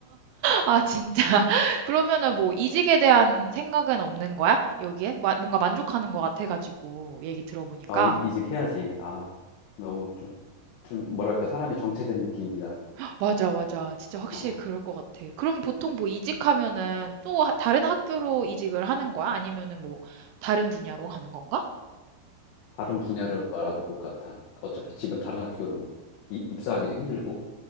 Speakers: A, on the right (about 80°); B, on the left (about 80°).
A: 아, 진짜. <laughs> 그러면은 뭐 이직에 대한 생각은 없는 거야? 여기에? 마- 뭔가 만족하는 것 같아가지고 얘기 들어보니까.
B: 아, 이- 이직해야지. 아, 너무 좀, 좀 뭐랄까, 사람이 정체된 느낌이라.
A: <gasps> 맞아, 맞아. 진짜 확실히
B: 어,
A: 그럴 것 같아. 그럼 보통 뭐 이직하면은 또 하- 다른 학교로 이직을 하는 거야? 아니면은 뭐 다른 분야로 가는 건가?
B: 다른 분야를 알아볼 것 같아. 어차피 지금 다른 학교로 이- 입사하기도 힘들고.